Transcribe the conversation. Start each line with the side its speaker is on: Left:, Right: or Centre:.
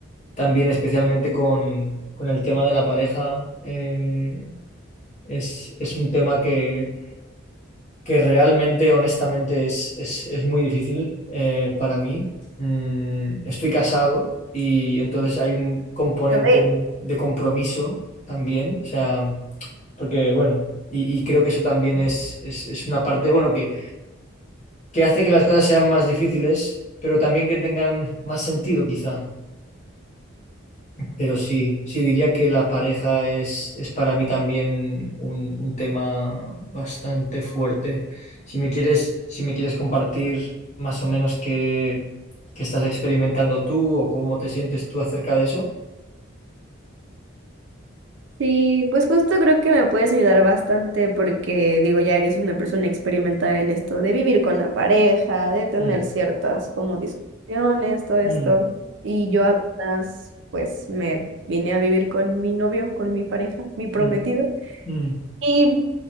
Left: también especialmente con, con el tema de la pareja, eh, es, es un tema que que realmente, honestamente, es, es- es muy difícil eh, para mí. Mm, estoy casado y entonces hay un componente
Right: Ok,
Left: de compromiso también, o sea, porque bueno, y, y creo que eso también es, es- es una parte, bueno, que, que hace que las cosas sean más difíciles, pero también que tengan más sentido, quizá. Pero sí, sí diría que la pareja es, es para mí también un, un tema bastante fuerte. Si me quieres, si me quieres compartir más o menos qué, qué estás experimentando tú o cómo te sientes tú acerca de eso.
Right: Sí, pues justo creo que me puedes ayudar bastante porque digo, ya eres una persona experimentada en esto de vivir con la pareja, de tener
Left: Mm,
Right: ciertas como discusiones, todo esto.
Left: mm,
Right: Y yo apenas pues me vine a vivir con mi novio, con mi pareja, mi prometido.
Left: mm, mm,
Right: Y